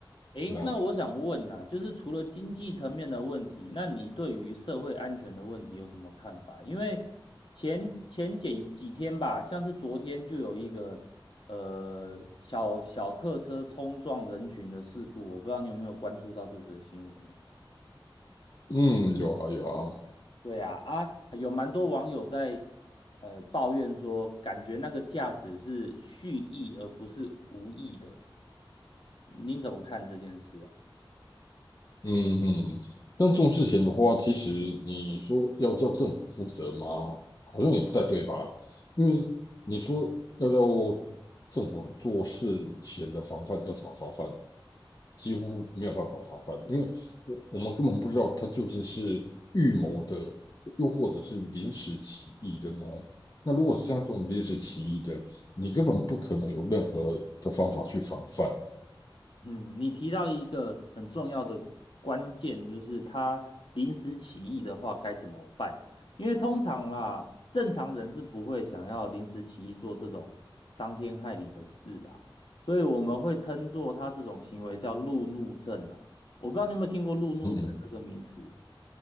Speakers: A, on the left (about 70°); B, on the left (about 45°).
A: 诶，
B: 这样子。
A: 那我想问呐、就是除了经济层面的问题，那你对于社会安全的问题有什么看法？因为前前几几天吧，像是昨天就有一个呃小小客车冲撞人群的事故，我不知道你有没有关注到这则新闻呢？
B: 嗯，有啊有啊。
A: 对呀，啊，有蛮多网友在呃抱怨说，感觉那个驾驶是蓄意而不是无意的，您怎么看这件事啊？
B: 嗯嗯，但这种事情的话，其实你说要叫政府负责吗？好像也不太对吧？因为你说要叫政府做事前的防范，要怎么防范？几乎没有办法防范，因为我我们根本不知道他究竟是预谋的，又或者是临时起意的呢？那如果是像这种临时起意的，你根本不可能有任何的方法去防范。
A: 嗯，你提到一个很重要的关键，就是他临时起意的话该怎么办？因为通常啦，正常人是不会想要临时起意做这种伤天害理的事啦，所以我们会称作他这种行为叫路怒症啊。我不知道你有没有听过路怒症这个名词？
B: 嗯，嗯